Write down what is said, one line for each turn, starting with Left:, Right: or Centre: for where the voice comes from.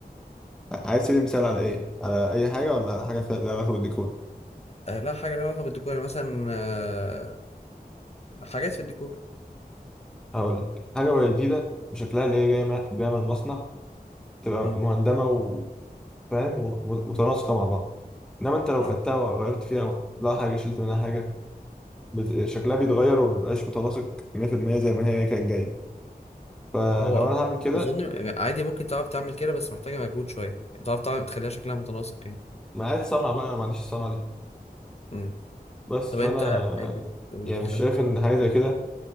Centre: عايز تدي مثال على إيه؟ على أي حاجة ولا على حاجة فيها- لها علاقة بالديكور؟
Left: آه، لا حاجة لها علاقة بالديكور يعني مثلا آه، حاجات في الديكور
Centre: هقول حاجة وهي جديدة بشكلها اللي هي جاية م- جاية من المصنع تبقى
Left: مم.
Centre: مهندمة وفاهم ومتناسقة مع بعض إنما أنت لو
Left: اه
Centre: خدتها وغيرت فيها أو حطيت لها حاجة شلت منها حاجة بت- شكلها بيتغير ومبيبقاش متناسق 100% زي ما هي كانت جاية فلو
Left: هو هو
Centre: أنا هعمل كده
Left: أظن يعني عادي ممكن تعرف تعمل كده بس محتاجة مجهود شوية تعرف تعمل تخليها شكلها متناسق يعني
Centre: ما عادي صنعة بقى أنا ما عنديش الصنعة دي
Left: مم.
Centre: بس
Left: طب
Centre: فأنا
Left: انت بتقول
Centre: يعني
Left: كم
Centre: مش شايف إن حاجة زي كده